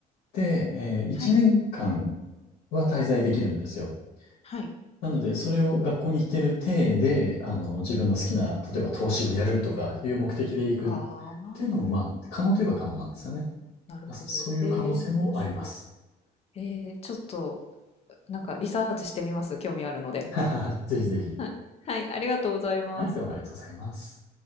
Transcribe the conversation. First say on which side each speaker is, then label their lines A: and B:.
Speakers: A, on the left; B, on the left.
A: て、えー、1年間
B: はい。
A: は滞在できるんですよ。
B: はい。
A: なので、それを学校に行ってる体で、あの、自分の好きな、例えば投資をやるとかいう目的で行くっ
B: ああ、
A: ていうのも、まあ、可能といえば可能なんですよね。
B: なるほど。
A: そそういう可能性もあります。
B: ええ、面白い。ええ、ちょっと、なんかリサーチしてみます。興味あるので。
A: <laughs> ぜひぜひ。
B: はい、はい、ありがとうございます。
A: はい、どうもありがとうございます。